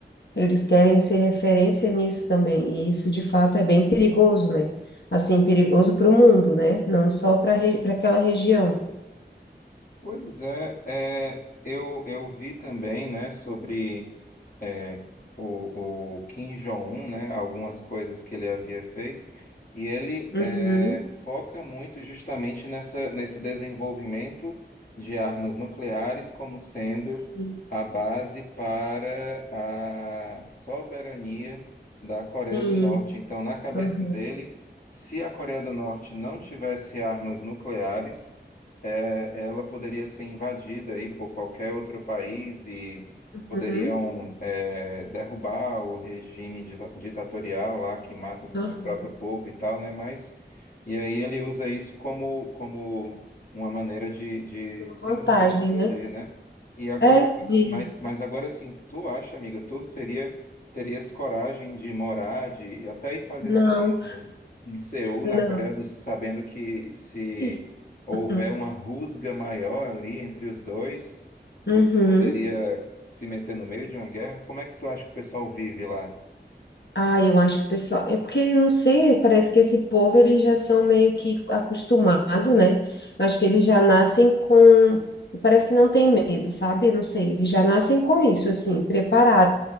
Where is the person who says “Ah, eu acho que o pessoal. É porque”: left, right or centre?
Left